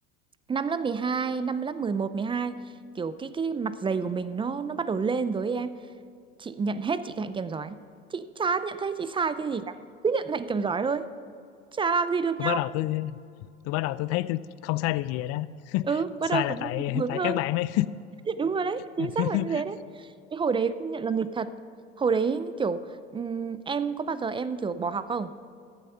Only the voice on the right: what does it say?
năm lớp mười hai năm lớp mười một mười hai kiểu cái cái mặt dày của mình nó nó bắt đầu lên rồi ấy em. Chị nhận hết chị Hạnh kèm giỏi. Chị chả nhận thấy chị sai cái gì cả. Cứ nhận Hạnh kèm giỏi thôi. Chả làm gì được
nhau.
Ừ, bắt
đầu cảm
thấy mình bướng
hơn.
<laughs> Đúng rồi đấy, chính
xác là như thế đấy. Cái hồi đấy cũng nhận là nghịch thật. Hồi đấy kiểu ừm, em có bao giờ em kiểu bỏ học không?